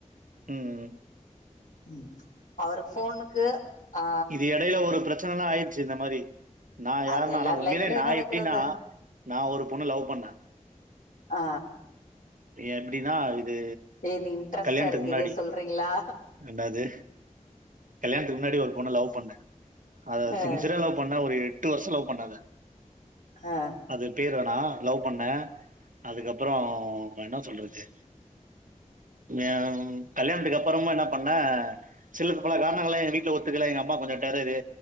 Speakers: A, on the right (about 80°); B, on the left (about 80°).
A: ம்
B: ம் அவரு ஃபோனுக்கு ஆ
A: இது இடைல ஒரு பிரச்சன எல்லா ஆயிருச்சு இந்த மாரி நா யார்னா
B: அது எல்லார்
A: ஆனா உண்மையிலேயே
B: லைஃப்லயு
A: நா
B: நடக்கறது
A: எப்டினா நா ஒரு பொண்ண லவ் பண்ண
B: ஆ
A: எப்டினா இது
B: இது இன்ட்ரெஸ்ட்டா
A: கல்யாணத்துக்கு
B: இருக்கு
A: முன்னாடி
B: இதே சொல்றீங்களா
A: ரெண்டாது கல்யாணத்துக்கு முன்னாடி ஒரு பொண்ண லவ் பண்ண அத
B: ஆ
A: சின்சியரா லவ் பண்ண ஒரு எட்டு வருஷோ லவ் பண்ண அத
B: ஆ
A: அது பேர் வே டா லவ் பண்ண அதுக்கப்றோ என்னா சொல்றது ம்மியாம் கல்யாணத்துக்கு அப்றமா என்ன பண்ண சிலக்கு பல காரணங்ளா எங்க வீட்ல ஒத்துக்கல எங்க அம்மா கொஞ்சோ டேரரு